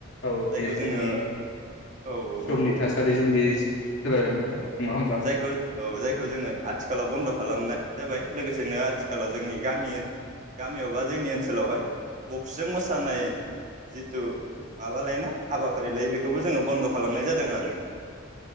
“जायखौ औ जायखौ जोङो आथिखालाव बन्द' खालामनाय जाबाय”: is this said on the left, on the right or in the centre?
Right